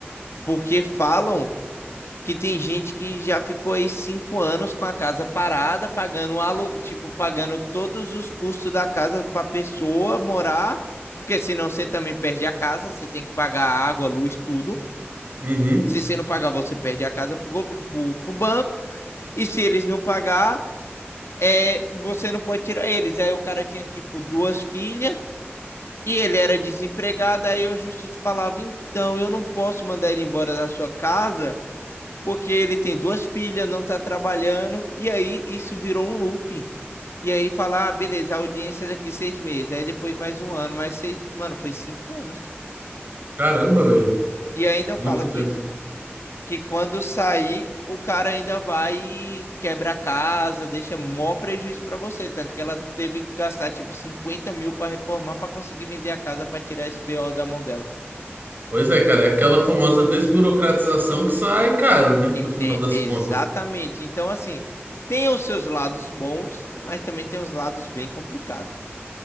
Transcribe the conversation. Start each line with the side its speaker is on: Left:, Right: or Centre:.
Left: Porque falam que tem gente que já ficou aí cinco anos com a casa parada, pagando um alu, tipo, pagando todos os custos da casa para a pessoa morar, porque senão você também perde a casa, você tem que pagar água, luz, tudo.
Right: Uhum.
Left: Se você não pagar, você perde a casa para o banco. E se eles não pagar, é, você não pode tirar eles. Aí o cara tinha, tipo, duas filhas e ele era desempregado. Aí o justiça falava: então, eu não posso mandar ele embora da sua casa porque ele tem duas filhas, não tá trabalhando, e aí isso virou um looping. E aí falar, ah, beleza, a audiência é daqui seis meses, aí depois mais um ano, mais seis. Mano, foi cinco anos.
Right: Caramba, velho.
Left: E ainda
Right: Muito
Left: fala que,
Right: tempo.
Left: que quando sair, o cara ainda vai e quebra a casa, deixa mó prejuízo pra você. Tanto que ela teve que gastar tipo 50 mil pra reformar pra conseguir vender a casa pra tirar esse BO da mão dela.
Right: Pois é, cara, é aquela famosa desburocratização que sai caro, né?
Left: Enten-
Right: No final das
Left: Exatamente.
Right: contas.
Left: Então, assim, tem os seus lados bons, mas também tem os lados bem complicados